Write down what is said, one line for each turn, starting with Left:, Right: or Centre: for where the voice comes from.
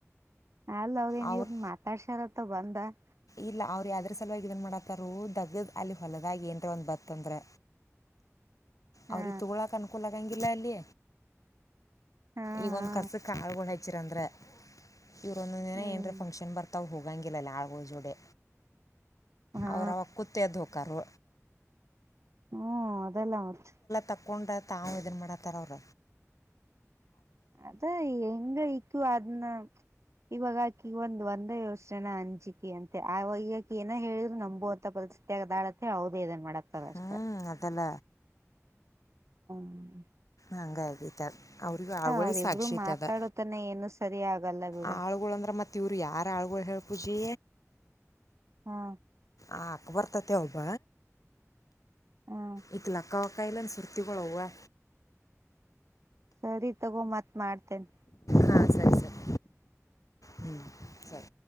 Right: ಅಲ್ಲ ಅವ್ರಿ
Left: ಅವ್ರು
Right: ನೀವು ಮಾತಾಡ್ಸಾರತ್ತ ಬಂದ ದ
Left: ಇಲ್ಲ ಅವ್ರ ಯ್ದ ಸಲುವಾಗಿ ಇದನ್ ಮಾಡತ್ತಾರ ದಗ್ ಅಲ್ಲಿ ಹೊಲದಾಗಿ ಏನ್ರ ಒಂದ್ ಬತ್ ಅಂದ್ರೆ
Right: ಹಾ
Left: ಅವ್ರ ತಗಳಾಕ್ ಅನ್ಕೂಲಂ ಬಲಾಲಿ
Right: ಹಾ
Left: ಈಗೊಂದ್
Right: ಹಾ
Left: ಕಸ ಕಾಳ್ಗಳು ಹಚ್ಚಿರಂದ್ರೆ ಇವ್ರುನೋಂದಿನ
Right: ಹ್ಮ್
Left: ಏನ್ರ ಫಂಕ್ಷನ್ ಬರ್ತಾವ್ ಹೋಗಿ ತಂಗಿಲ್ಲಲ್ಲ ಆಳ್ಗೂ ಜೂಡೆ
Right: ಹಾ
Left: ಅವ್ರವ ಕುತ್ತೇ ದುಃಖರು
Right: ಹ್ಮ್ ಅದೆಲ್ಲಾ ಮತ್ತೆ
Left: ತಕ್ಕೊಂಡ್ರ ತಾವು ಇದನ್ ಮಾಡತಾರ ಅವ್ರ
Right: ಅದು ಎಂಗ ಇಕ್ಕ ಅದನ್ನ ಇವಾಗಕಿ ಒಂದ್ ಒಂದೇ ಯೋಚನ ಅಂಜಿಕೆ ಅಂತೆ ಆವಾಗ ಈಗಕ ಏನ ಹೇಳಿದ್ರು ನಂಬುವಂತ ಪರಿಸ್ಥಿತಿ ಆದಾಳ ಮತ್ತೆ ಹೌದ ಇದನ್ ಮಾಡತದ
Left: ಹ್ಮ್
Right: ಅಷ್ಟ.
Left: ಅದಲ್ಲ
Right: ಹ್ಮ
Left: ಹಂಗ ಆಗೈ ಅವ್ರಿಗ ಆಳ್ಗಳಿಗ್
Right: ಅವ್ರಿಬ್ರು
Left: ಸಾಕ್ಷಿತ್
Right: ಮಾತಾಡೋತನ
Left: ಅದ
Right: ಏನು ಸರಿ ಆಗಲ್ಲ ಬಿಡ
Left: ಆಳ್ಗಳು ಅಂದ್ರ ಮತ್ ಇವರು ಯಾರ್ ಆಳ್ಗಳು ಹೇಳ್ ಖುಷಿ.
Right: ಹಾ
Left: ಅಕ್ಬರ್ ತತೆ ಒಬ್ಬ
Right: ಹಾ
Left: ಈತ ಲೆಕ್ಕವ್ ತ್ತಾಯ್ಲನ್ ಸುತ್ತಿಗೋಳವೆ.
Right: ಸರಿ ತಗೊ ಮತ್ ಮಾಡ್ತೀನಿ.
Left: ಹಾಂ ಸರಿ ಸರಿ ಹ್ಮ್ ಸರಿ